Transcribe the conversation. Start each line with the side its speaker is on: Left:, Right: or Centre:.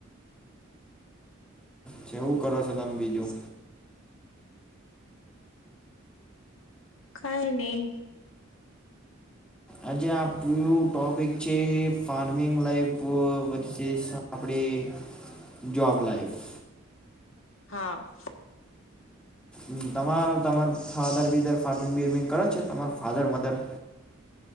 Centre: કેવું કરો છો તમ બીજું?
Left: કઈ નહી.
Centre: આજે આપણું ટોપિક છે ફાર્મિંગ લાઈફ વશે સ આપણી જોબ લાઈફ.
Left: હા સ
Centre: હમ તમાર તમાર ફાધર બિધર ફાર્મિંગ બિર્મિંગ કરે છે તમાર ફાધર મધર.